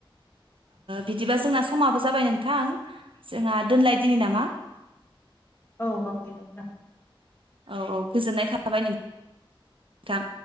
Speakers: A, on the right; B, on the left.
A: बिदिबा जोंना समाबो जाबाय नोंथां जोंहा दोनलाय दिनि नामा
B: औ - औ दे नोंथां
A: औ - औ गोजोननाय थाबाय नों - नोंथां